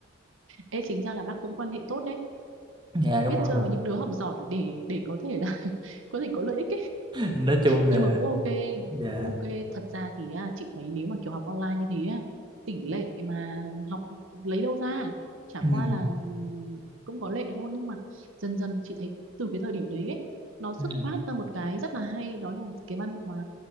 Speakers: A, on the right (about 70°); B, on the right (about 20°).
A: Ê, chính ra là bác cũng quan hệ tốt đấy
B: <laughs> dạ đúng
A: biết
B: rồi
A: chơi với những đứa học giỏi để để có thể là <laughs> có thể có lợi ích
B: nói chung là
A: nhưng mà cũng ok
B: dạ
A: cũng ok thật ra thì à, chị thấy nếu mà kiểu học online như thế á, tỷ lệ mà học lấy đâu ra chả qua
B: ừ,
A: là ừm, cũng có lệ thôi nhưng mà dần dần chị thấy từ cái thời điểm đấy ấy, nó xuất
B: ừ,
A: phát ra một cái rất là hay đó là cái văn hóa